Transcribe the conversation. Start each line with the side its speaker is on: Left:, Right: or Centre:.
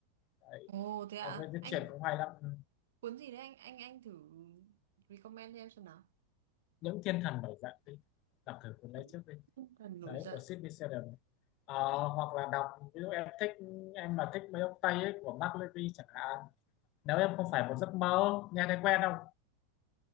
Left: đấy
Right: Ồ thế ạ,
Left: ông
Right: à?
Left: ấy viết
Right: Anh
Left: truyện cũng hay lắm Ừ.
Right: cuốn gì đấy anh anh anh thử recommend cho em xem nào.
Left: những thiên thần nổi dậy đi đọc thử cuốn
Right: Những
Left: đấy trước đi
Right: tinh thần nổi
Left: đấy
Right: giận.
Left: của Sidney Sheldon Ờ, hoặc là đọc ví dụ em thích em mà thích mấy ông Tây ấy, của Mark Levy chẳng hạn nếu em không phải một giấc mơ nghe thấy quen không